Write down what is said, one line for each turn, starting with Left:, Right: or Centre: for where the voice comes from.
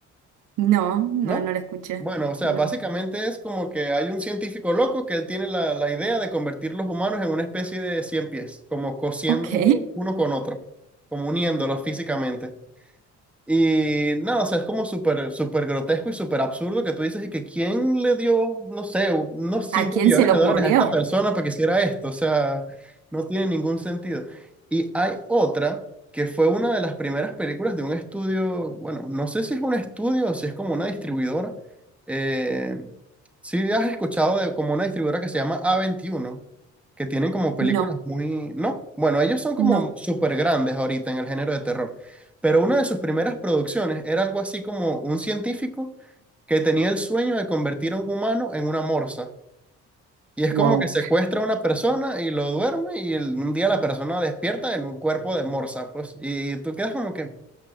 Right: No, no,
Centre: ¿No?
Right: no la escuché.
Centre: Bueno, o sea,
Right: No.
Centre: básicamente es como que hay un científico loco que él tiene la, la idea de convertir los humanos en una especie de cien pies, como cosiendo
Right: Ok.
Centre: uno con otro, como uniéndolos físicamente. Y nada, o sea, es como súper súper grotesco y súper absurdo que tú dices y que quién le dio, no sé, unos 5
Right: ¿A quién
Centre: millones
Right: se le
Centre: de
Right: ocurrió?
Centre: dólares a esta persona para que hiciera esto. O sea, no tiene ningún sentido. Y hay otra que fue una de las primeras películas de un estudio, bueno, no sé si es un estudio o si es como una distribuidora. Eh, sí, has escuchado de como una distribuidora que se llama A21, que tienen como películas
Right: No,
Centre: muy, ¿no? Bueno, ellos son como
Right: no.
Centre: súper grandes ahorita en el género de terror. Pero una de sus primeras producciones era algo así como un científico que tenía el sueño de convertir a un humano en una morsa. Y es
Right: Wow.
Centre: como que secuestra a una persona y lo duerme y el- un día la persona despierta en un cuerpo de morsa, pues. Y tú quedas como que,